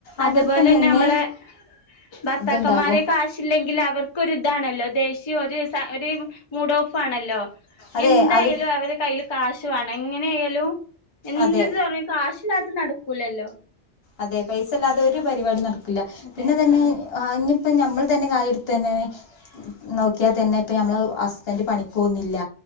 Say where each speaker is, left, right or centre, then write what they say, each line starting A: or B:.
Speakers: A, on the left; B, on the left.
A: അവർക്കും
B: അതുപോലെ
A: തന്നെ
B: നമ്മളെ ഭർത്താക്കന്മാര്
A: ഇത്ണ്ടാകും
B: കാശില്ലെങ്കിൽ അവർക്കൊരിതാണല്ലോ ദേഷ്യം ഒര് സ ഒര് മൂടോ ഫാണല്ലോ
A: അതെ
B: എന്തായാലും
A: അത്
B: അവരെ കയ്യില് കാശു വാ എങ്ങനെ ആയാലൂ എന്ത്
A: അതെ
B: <unintelligible> കാശില്ലാത്ത നട ക്കൂലല്ലോ
A: അതെ പൈസല്ലാതെ ഒരു പരിപാടീം നട ഇല്ല
B: അതെ
A: പിന്നെ തന്നെ
B: അതെ
A: ആഞ്ഞു ഇപ്പ ഞമ്മള് തന്നെ കാര്യം എടുത്തേനെ തന്നെനോക്കിയാൽ തന്നെ ഇപ്പ നമ്മള്ഹസ്ബന്റ് പണിക്ക് പോകുന്നില്ല